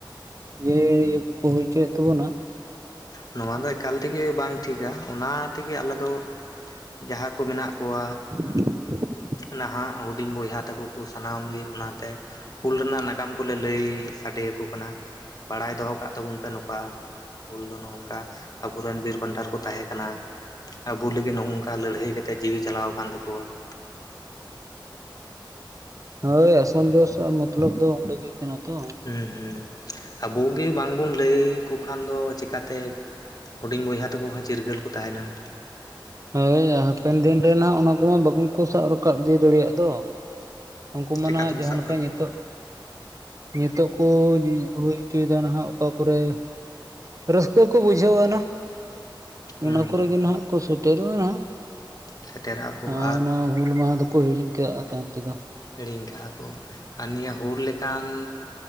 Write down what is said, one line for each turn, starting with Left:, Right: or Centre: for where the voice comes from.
Right: ᱡᱮ ᱤᱭᱟᱹ ᱠᱚᱠᱚ ᱦᱩᱭᱪᱚᱭᱮᱛ ᱛᱟᱵᱚᱱᱟ ᱾
Left: ᱱᱚᱣᱟ ᱫᱚ ᱮᱠᱟᱞ ᱛᱮᱜᱮ ᱵᱟᱝ ᱴᱷᱤᱠᱟ ᱚᱱᱟ ᱛᱮᱜᱮ ᱟᱞᱮ ᱫᱚ ᱡᱟᱦᱟᱸ ᱠᱚ ᱢᱮᱱᱟᱜ ᱠᱚᱣᱟ
Right: <inaudible>
Left: ᱱᱟᱦᱟᱜ ᱦᱩᱰᱤᱧ ᱵᱚᱭᱦᱟ ᱛᱟᱠᱚ ᱠᱚ ᱥᱟᱱᱟᱢ ᱜᱮ ᱚᱱᱟᱛᱮ ᱦᱩᱞ ᱨᱮᱱᱟᱜ ᱱᱟᱜᱟᱢ ᱠᱚᱞᱮ ᱞᱟᱹᱭ ᱥᱟᱰᱮᱭᱟ ᱠᱚ ᱠᱟᱱᱟ ᱾ ᱵᱟᱲᱟᱭ ᱫᱚᱦᱚ ᱠᱟᱜ ᱛᱟᱵᱚᱱ ᱯᱮ ᱱᱚᱝᱠᱟ ᱾ ᱦᱩᱞ ᱫᱚ ᱱᱚᱝᱠᱟ ᱟᱵᱚᱨᱮᱱ ᱵᱤᱨ ᱵᱟᱱᱴᱟᱨ ᱠᱚ ᱛᱟᱦᱮᱸ ᱠᱟᱱᱟ ᱾ ᱟᱵᱚ ᱞᱟᱹᱜᱤᱫ ᱱᱚᱜ ᱱᱚᱝᱠᱟ ᱞᱟᱹᱲᱦᱟᱹᱭ ᱠᱟᱛᱮᱫ ᱡᱤᱣᱤ ᱪᱟᱞᱟᱣ ᱟᱠᱟᱱ ᱛᱟᱠᱚᱣᱟ ᱾
Right: ᱦᱳᱭ ᱟᱥᱚᱞ ᱡᱳᱥ <unintelligible> ᱢᱚᱛᱞᱚᱵ ᱫᱚ ᱚᱸᱰᱮ ᱜᱮ ᱠᱟᱱᱟ <unintelligible> ᱛᱚ
Left: ᱦᱮᱸ ᱦᱩᱸ ᱟᱵᱚᱜ ᱜᱮ ᱵᱟᱝ ᱵᱚᱱ ᱞᱟᱹᱭ ᱟᱠᱚ ᱠᱷᱟᱱ ᱫᱚ ᱪᱤᱠᱟ ᱛᱮᱼᱼ ᱦᱩᱰᱤᱧ ᱵᱚᱭᱦᱟ ᱛᱟᱠᱚ ᱦᱚᱸ ᱪᱤᱨᱜᱟᱹᱞ ᱠᱚ ᱛᱟᱦᱮᱸᱱᱟ᱾
Right: ᱦᱳᱭ ᱦᱟᱯᱮᱱ ᱫᱤᱱ ᱨᱮᱱᱟᱜ ᱚᱱᱟ ᱠᱚᱢᱟ ᱵᱟᱝᱠᱚ ᱥᱟᱵ ᱨᱟᱠᱟᱵ ᱤᱫᱤ ᱫᱟᱲᱮᱭᱟᱜ ᱛᱚ ᱾ ᱩᱱᱠᱩ ᱢᱟᱱᱟ
Left: ᱪᱤᱠᱟ
Right: ᱦᱟᱸᱜ
Left: ᱛᱮᱠᱚ
Right: ᱡᱟᱦᱟᱸ
Left: ᱥᱟᱵ
Right: ᱞᱮᱠᱟ
Left: ᱨᱟᱠᱟᱵᱼᱟ
Right: ᱱᱤᱛᱚᱜ ᱱᱤᱛᱚᱜ ᱠᱚ ᱦᱩᱭ ᱦᱩᱭᱪᱚᱭᱫᱟ ᱱᱟᱦᱟᱜ ᱚᱠᱟ ᱠᱚᱨᱮ? ᱨᱟᱹᱥᱠᱟᱹ ᱠᱚ ᱵᱩᱡᱷᱟᱹᱣᱼᱟᱱᱟ᱾
Left: ᱦᱩᱸ
Right: ᱚᱱᱟ ᱠᱚᱨᱮ ᱜᱮ ᱱᱟᱦᱟᱸᱜ ᱠᱚ ᱥᱮᱴᱮᱨᱚᱜᱼᱟ ᱦᱟᱸᱜ
Left: ᱥᱮᱴᱮᱨᱟᱜᱼᱟ ᱠᱚ
Right: ᱟᱨ ᱚᱱᱟ ᱦᱩᱞ ᱢᱟᱦᱟ ᱫᱚᱠᱚ ᱦᱤᱲᱤᱧ ᱠᱟᱜᱼᱟ ᱛᱟᱭᱚᱢ ᱛᱮᱫᱚ ᱾
Left: ᱦᱤᱲᱤᱧ ᱠᱟᱜᱼᱟ ᱠᱚ ᱟᱨ ᱱᱤᱭᱟᱹ ᱦᱩᱞ ᱞᱮᱠᱟ ᱠᱟᱱ